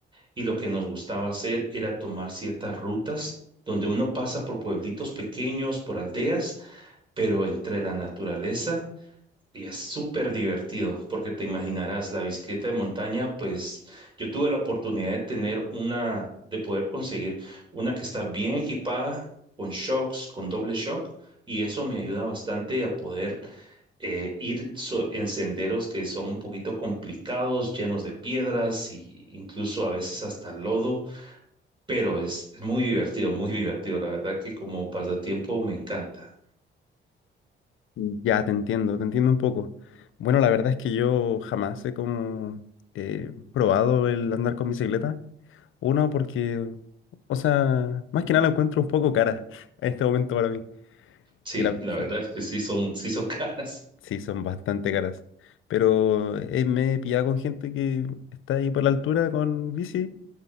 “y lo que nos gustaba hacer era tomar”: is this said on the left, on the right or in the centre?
Right